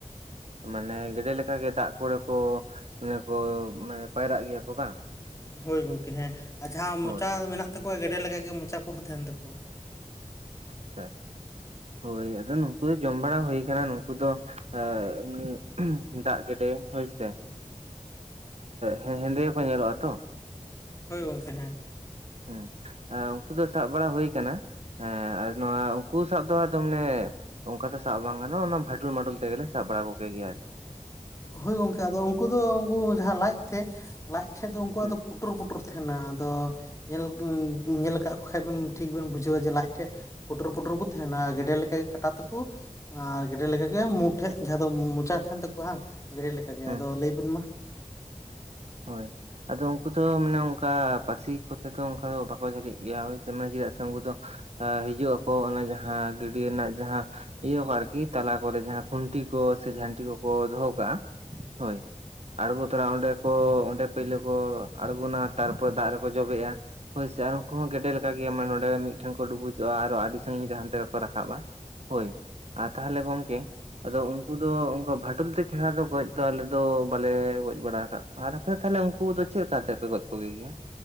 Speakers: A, on the right; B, on the left.
A: ᱢᱟᱱᱮ ᱜᱮᱰᱮ ᱞᱮᱠᱟ ᱜᱮ ᱫᱟᱜ ᱠᱚᱨᱮ ᱠᱚ, ᱚᱱᱮ ᱠᱚ ᱢᱟᱱᱮ ᱯᱟᱭᱨᱟᱜ ᱜᱮᱭᱟ ᱠᱚ ᱵᱟᱝ?
B: ᱦᱳᱭ ᱜᱚᱝᱠᱮ ᱦᱮᱸ, ᱟᱨ ᱡᱟᱦᱟᱸ
A: ᱦᱳᱭ
B: ᱢᱚᱪᱟ
A: ᱦᱳᱭ
B: ᱢᱮᱱᱟᱜ ᱛᱟᱠᱚᱣᱟ ᱜᱮᱰᱮ ᱞᱮᱠᱟ ᱜᱮ ᱢᱚᱪᱟ ᱠᱚᱦᱚᱸ ᱛᱟᱦᱮᱱ ᱛᱟᱠᱚᱣᱟ᱾
A: <inaudible> ᱦᱳᱭ ᱟᱫᱚ ᱱᱩᱠᱩ ᱫᱚ ᱡᱚᱢ ᱵᱟᱲᱟ ᱦᱩᱭ ᱟᱠᱟᱱᱟ᱾ ᱱᱩᱠᱩ ᱫᱚ ᱮᱢᱱᱤ ᱫᱟᱜ ᱜᱮᱰᱮ ᱦᱳᱭ ᱥᱮ ᱦᱮ ᱦᱮᱸᱫᱮ ᱜᱮ ᱠᱚ ᱧᱮᱞᱚᱜᱼᱟ ᱛᱚ?
B: ᱦᱳᱭ ᱜᱚᱝᱠᱮ ᱦᱮᱸ᱾
A: ᱦᱮᱸ ᱩᱱᱠᱩ ᱫᱚ ᱥᱟᱵᱽ ᱵᱟᱲᱟ ᱦᱩᱭ ᱟᱠᱟᱱᱟ᱾ ᱦᱮᱸ ᱟᱨ ᱱᱚᱣᱟ ᱩᱱᱠᱩ ᱥᱟᱵᱽ ᱫᱚ ᱟᱫᱚ ᱚᱱᱮ ᱚᱱᱠᱟ ᱫᱚ ᱥᱟᱵᱽ ᱵᱟᱝ ᱜᱟᱱᱚᱜ, ᱚᱱᱟ ᱵᱷᱟᱴᱚᱞ ᱢᱟᱴᱚᱞ ᱛᱮᱜᱮ ᱞᱮ ᱥᱟᱵ ᱵᱟᱲᱟ ᱠᱚᱜᱮ ᱜᱮᱭᱟ ᱟᱹᱨᱠᱤ᱾
B: ᱦᱳᱭ ᱜᱚᱝᱠᱮ ᱟᱫᱚ ᱩᱱᱠᱩ ᱫᱚ ᱩᱱᱠᱩ ᱡᱟᱦᱟᱸ ᱞᱟᱡ ᱛᱮ ᱞᱟᱡᱽ ᱴᱷᱮᱡ ᱫᱚ ᱩᱱᱠᱩᱣᱟᱜ
A: ᱦᱩᱸ
B: ᱫᱚ ᱯᱩᱴᱩᱨ ᱯᱩᱴᱩᱨ ᱛᱟᱦᱮᱱᱟ᱾ ᱟᱫᱚ ᱧᱮᱞ ᱧᱮᱞ ᱟᱠᱟᱫ ᱠᱚ ᱠᱷᱟᱱ ᱴᱷᱤᱠ ᱵᱮᱱ ᱵᱩᱡᱷᱟᱹᱣᱟ ᱡᱮ ᱞᱟᱡ ᱴᱷᱮᱡ ᱯᱩᱴᱩᱨ ᱯᱩᱴᱩᱨ ᱠᱚ ᱛᱟᱦᱮᱱᱟ᱾ ᱜᱮᱰᱮ ᱞᱮᱠᱟ ᱜᱮ ᱠᱟᱴᱟ ᱛᱟᱠᱚ᱾ ᱟᱨ ᱜᱮᱰᱮ ᱞᱮᱠᱟᱜᱮ ᱢᱩᱴᱷᱮᱡ ᱟᱫᱚ ᱢᱚᱪᱟ ᱛᱟᱦᱮᱱ ᱛᱟᱠᱚᱣᱟ ᱦᱟᱸᱜ ᱜᱮᱰᱮ ᱞᱮᱠᱟ ᱜᱮ᱾
A: ᱦᱩᱸ
B: ᱟᱫᱚ ᱞᱟᱹᱭ ᱵᱤᱱ ᱢᱟ
A: ᱦᱳᱭ᱾ ᱟᱫᱚ ᱩᱱᱠᱩ ᱫᱚ ᱢᱟᱱᱮ ᱚᱱᱠᱟ ᱯᱟᱹᱥᱤ ᱠᱚᱛᱮ ᱫᱚ ᱚᱱᱠᱟ ᱫᱚ ᱵᱟᱠᱚ ᱡᱷᱟᱹᱞᱤᱜ ᱜᱮᱭᱟ ᱦᱳᱭ ᱥᱮ ᱪᱮᱫᱟᱜ ᱥᱮ ᱩᱱᱠᱩ ᱫᱚ ᱦᱤᱡᱩᱜ ᱟᱠᱚ, ᱚᱱᱟ ᱡᱟᱦᱟᱸ ᱜᱟᱹᱰᱭᱟᱹ ᱨᱮᱱᱟᱜ ᱡᱟᱦᱟᱸ ᱤᱭᱟᱹ ᱠᱚ ᱟᱨᱠᱤ, ᱛᱟᱞᱟ ᱠᱚᱨᱮ ᱡᱟᱦᱟᱸ ᱠᱷᱩᱱᱴᱤ ᱠᱚ ᱥᱮ ᱡᱷᱟᱱᱴᱤ ᱠᱚ ᱠᱚ ᱫᱚᱦᱚ ᱠᱟᱜᱼᱟ ᱦᱳᱭ, ᱟᱸᱬᱜᱚ ᱛᱚᱨᱟ ᱚᱸᱰᱮ ᱠᱚ ᱚᱸᱰᱮ ᱯᱳᱭᱞᱳ ᱠᱚ ᱟᱬᱜᱚᱱᱟ ᱛᱟᱨᱯᱚᱨᱮ ᱫᱟᱜ ᱨᱮᱠᱚ ᱡᱚᱵᱮᱜᱼᱟ ᱾ ᱦᱳᱭ ᱥᱮ, ᱟᱨ ᱩᱱᱠᱩ ᱦᱚᱸ ᱜᱮᱰᱮ ᱞᱮᱠᱟ ᱜᱮ ᱢᱟᱱᱮ ᱱᱚᱰᱮ ᱢᱤᱫᱴᱷᱮᱱ ᱠᱚ ᱰᱩᱵᱩᱡᱚᱜᱼᱟ ᱟᱨ ᱟᱹᱰᱤ ᱥᱟᱺᱜᱤᱧ ᱨᱮ ᱦᱟᱱᱛᱮ ᱨᱮᱠᱚ ᱨᱟᱠᱟᱵᱼᱟ ᱾ ᱦᱳᱭ ᱛᱟᱦᱚᱞᱮ ᱜᱚᱢᱠᱮᱼᱼ ᱟᱫᱚ ᱩᱱᱠᱩ ᱫᱚᱠᱩ ᱵᱷᱟᱴᱳᱞ ᱛᱮ ᱪᱮᱦᱨᱟ ᱫᱚ ᱜᱚᱡ ᱫᱚ ᱟᱞᱮ ᱫᱚ ᱵᱟᱞᱮ ᱜᱚᱡ ᱵᱟᱲᱟ ᱟᱠᱟᱫ ᱠᱚᱣᱟ ᱾ ᱟᱨ ᱟᱯᱮ ᱫᱚ ᱛᱟᱦᱚᱞᱮ ᱩᱱᱠᱩ ᱫᱚ ᱪᱮᱫ ᱞᱮᱠᱟ ᱠᱟᱛᱮ ᱯᱮ ᱜᱚᱡ ᱠᱚᱜᱮ ᱜᱮᱭᱟ?